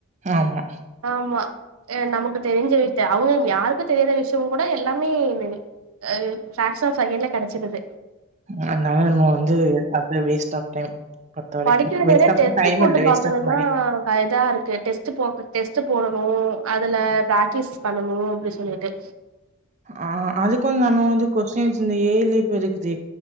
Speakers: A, on the right; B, on the right.
A: ஆமா
B: ஆமா நமக்கு தெரிஞ்சுக்கிட்டு அவுங்க யாருக்கு தெரியாத விஷயம் கூட எல்லாமே <unintelligible> அ ஃப்ராக்ஷனூ ஆஃப் செகைன்டல கெடைச்சிருது
A: அதனால நம்ம வந்து அது வேஸ்ட் ஆஃப் டைம் பொறுத்த வரைக்கு
B: படிக்கிறத
A: வேஸ்ட்
B: விட
A: ஆஃப்
B: டெஸ்டு
A: டைம்
B: போட்டு
A: இல்ல வேஸ்ட்
B: பாக்குறதுதா
A: ஆஃப் மணி
B: ஆ இதா இருக்கு டெஸ்ட் போ டெஸ்ட் போடணு அதுல ப்ராக்டிஸ் பண்ணணு அப்டி சொல்லிட்டு
A: ஆ அதுக்கு வந்து நம்ம வந்து கொஸ்டின்ஸ் இந்த ஏ ஐ லே இப்போ இருக்குது